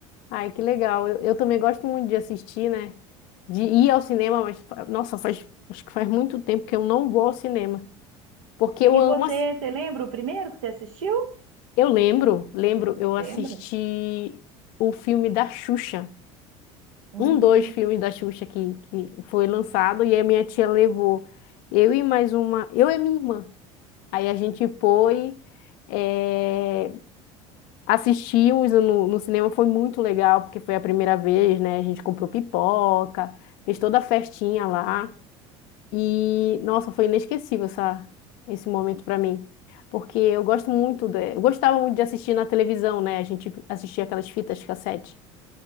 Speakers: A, on the left (about 60°); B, on the right (about 75°).
A: Ai, que legal. Eu, eu também gosto muito de assistir, né? De ir ao cinema, mas, fa- nossa, faz, acho que faz muito tempo que eu não vou ao cinema. Porque eu
B: E
A: amo.
B: você,
A: ass-
B: você lembra o primeiro que você assistiu?
A: Eu lembro, lembro, eu assisti
B: Lembra?
A: o filme da Xuxa.
B: Hum,
A: Um, dois filmes da Xuxa que, que foi lançado e a minha tia levou. Eu e mais uma. Eu e minha irmã. Aí a gente foi. eh, Assistimos no, no cinema, foi muito legal, porque foi a primeira vez, né? A gente comprou pipoca, fez toda a festinha lá. E, nossa, foi inesquecível essa, esse momento para mim. Porque eu gosto muito, de, eu gostava muito de assistir na televisão, né? A gente assistia aquelas fitas cassete.